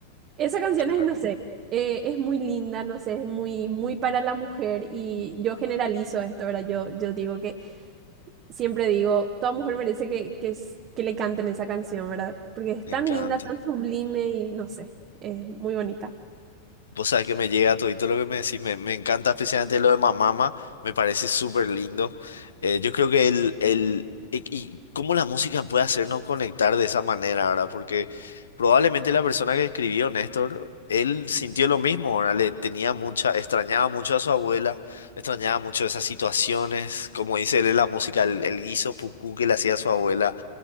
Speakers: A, on the right; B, on the left.
A: Esa canción
B: claro,
A: es, no sé, eh, es muy linda, no sé, es muy, muy para la mujer y yo generalizo esto, ¿verdad? Yo, yo digo que siempre digo, toda mujer merece que, que, es- que le canten esa canción, ¿verdad? Porque es
B: me
A: tan
B: encanta.
A: Sí. linda, tan sublime y no sé, es muy bonita.
B: Vos sabés que me llega todito lo que me decís, me, me encanta especialmente lo de Mamama, me parece súper lindo. Eh, yo creo que el, el, y, y cómo la música puede hacernos conectar de esa manera, ¿verdad? Porque probablemente la persona que escribió, Néstor, él sintió lo mismo, ¿verdad? Le tenía mucha, extrañaba mucho a su abuela, extrañaba mucho esas situaciones, como dice él en la música, el, el guiso pucú que le hacía a su abuela